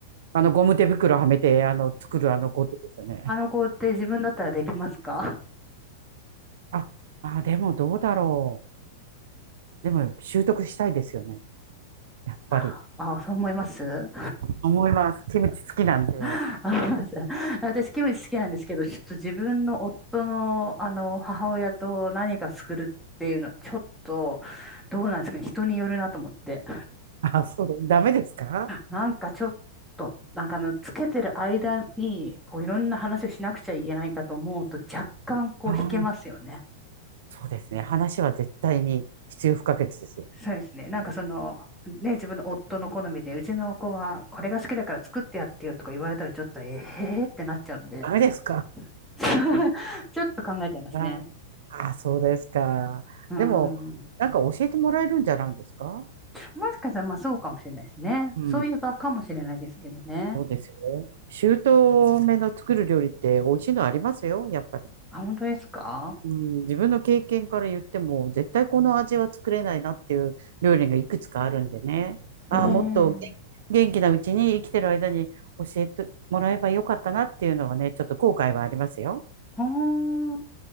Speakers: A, on the right (about 70°); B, in the centre.
A: あの、ゴム手袋はめて、あの、作るあの工程ですよね。
B: あの工程自分だったらできますか
A: あ、あ、でもどうだろう。でも習得したいですよね。やっぱり。
B: ああ、そう思います
A: 思います。キムチ好きなんで。
B: あ <laughs> 思います。私、キムチ好きなんですけど、ちょっと自分の夫の、あの、母親と何か作るっていうのは、ちょっと、どうなんですかね。人によるなと思って。
A: あ、そう、ダメですか
B: なんかちょっと、なんかあの、つけてる間に、こう、いろんな話をしなくちゃいけないかと思うと、若干、こう、
A: ああー、
B: 引けますよね。
A: そうですね。話は絶対に必要不可欠ですよ。
B: そうですね。なんかその、ね、自分の夫の好みで、うちの子は、これが好きだから作ってやってよとか言われたら、ちょっと、えー、へーってなっちゃうんで。
A: ダメですか
B: <laughs> ちょっと考えちゃいますね。
A: ああそうですか。
B: うん。
A: でも、なんか教えてもらえるんじゃないですか
B: もしかしたら、まあそうかもしれないですね。
A: うん。
B: そういえばかもしれないですけどね。
A: そうですよ。姑の作る料理って美味しいのありますよ、やっぱり。
B: あ、本当ですか
A: うん、自分の経験から言っても、絶対この味は作れないなっていう料理がいくつかあるんでね。ああ、
B: ええ
A: もっと元元気なうちに生きてる間に教えてもらえばよかったなっていうのはね、ちょっと後悔はありますよ。
B: ああー、